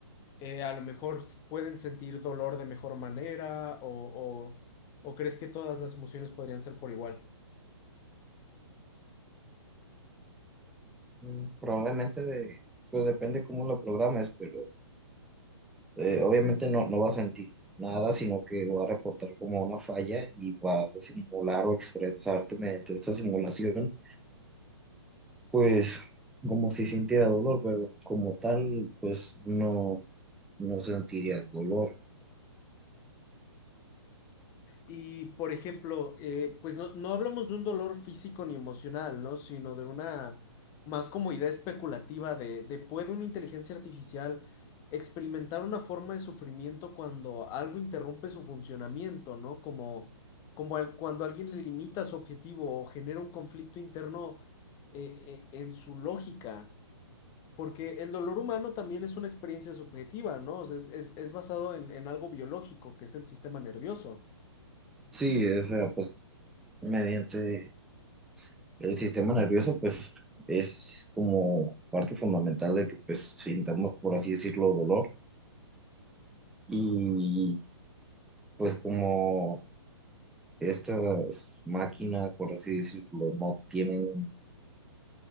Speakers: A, on the left; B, in the centre.
A: eh, a lo mejor s- pueden sentir dolor de mejor manera, o, o o crees que todas las emociones podrían ser por igual?
B: Mm, Probablemente de, pues depende cómo lo programes, pero eh, obviamente no, no va a sentir nada, sino que va a reportar como una falla y va a simular o expresarte mediante esta simulación, pues como si sintiera dolor, pero como tal, pues no, no sentiría dolor.
A: Y, por ejemplo, eh, pues no, no hablamos de un dolor físico ni emocional, ¿no? Sino de una más como idea especulativa de, de ¿puede una inteligencia artificial experimentar una forma de sufrimiento cuando algo interrumpe su funcionamiento, ¿no? Como, como al- cuando alguien le limita su objetivo o genera un conflicto interno eh, eh, en su lógica. Porque el dolor humano también es una experiencia subjetiva, ¿no? O sea, es, es- es basado en en algo biológico, que es el sistema nervioso.
B: Sí, o sea, pues mediante el sistema nervioso, pues es como parte fundamental de que pues sintamos, por así decirlo, dolor y pues como estas máquinas, por así decirlo, no tienen